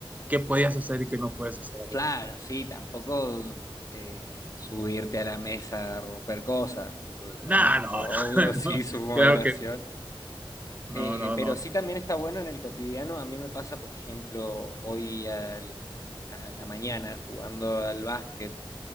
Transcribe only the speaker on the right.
qué podías hacer y qué no puedes hacer,
¿verdad?
No,
no,
<laughs>
no, no,
claro que no,
no,
no, no,